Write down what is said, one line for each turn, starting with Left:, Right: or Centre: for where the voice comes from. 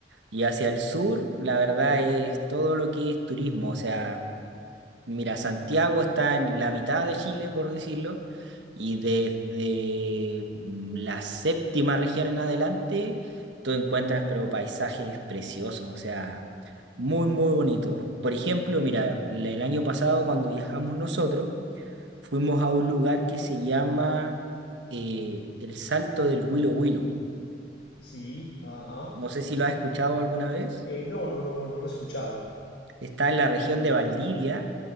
Right: Y hacia el sur, la verdad es todo lo que es turismo. O sea, mira, Santiago está en la mitad de Chile, por decirlo. Y desde mm, la séptima región en adelante, tú encuentras, pero paisajes preciosos. O sea, muy, muy bonitos. Por ejemplo, mira, el año pasado cuando viajamos nosotros, fuimos a un lugar que se llama eh, el Salto del Huilo Huilo.
Left: Sí, ajá.
Right: No sé si lo has escuchado alguna vez.
Left: Eh, no, no, no, no lo he escuchado.
Right: Está en la región de Valdivia,